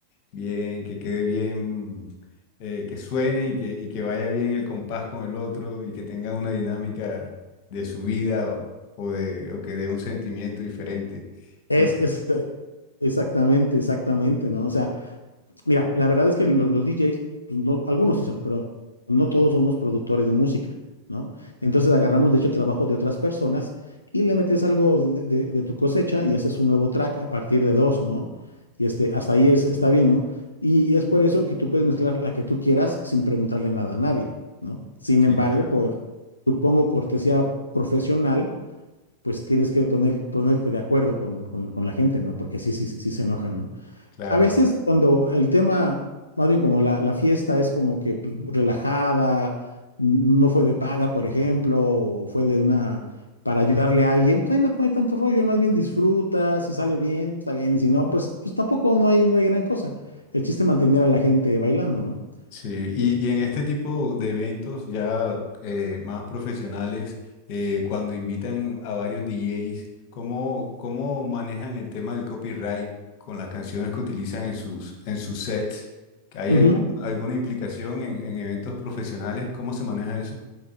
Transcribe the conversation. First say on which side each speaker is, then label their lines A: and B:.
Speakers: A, on the left (about 45°); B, on the left (about 80°).
A: bien, que quede bien, eh, que suene y que, y que vaya bien el compás con el otro y que tengan una dinámica de su vida o, o de, o que dé un sentimiento diferente.
B: Es,
A: Y,
B: es- eh, exactamente, exactamente, ¿no? O sea, mira, la verdad es que lo- los, DJs, pues, no- algunos sí son, pero no todos somos productores de música, ¿no? Entonces agarramos, de hecho, el trabajo de otras personas y le metes algo de, de- de tu cosecha y haces un nuevo track a partir de dos, ¿no? Y este, hasta ahí es, está bien, ¿no? Y, y es por eso que tú puedes mezclar la que tú quieras sin preguntarle nada a nadie, ¿no? Sin embargo,
A: sí, claro.
B: por, supongo, cortesía profesional pues tienes que poner, ponerte de acuerdo con, con, con la gente, ¿no? Porque sí, sí, sí se enojan, ¿no?
A: Claro.
B: A veces cuando el tema, más bien como la, la fiesta es como que pues, relajada, n- no fue de paga, por ejemplo, o fue de una, para ayudarle a alguien, pues ahí no, no hay tanto rollo, ahí más bien disfruta, si sale bien, pues, está bien, y si no, pues, pues tampoco no hay, no hay gran cosa. El chiste es mantener a la gente bailando, ¿no?
A: Sí, y,
B: Sí.
A: y en este tipo de eventos ya eh, más profesionales, eh, cuando invitan a varios DJs, ¿cómo, cómo manejan el tema del copyright con las canciones que utilizan en sus, en sus sets? ¿Hay
B: Uh
A: algún-
B: -huh.
A: alguna implicación en, en eventos profesionales? ¿Cómo se maneja eso?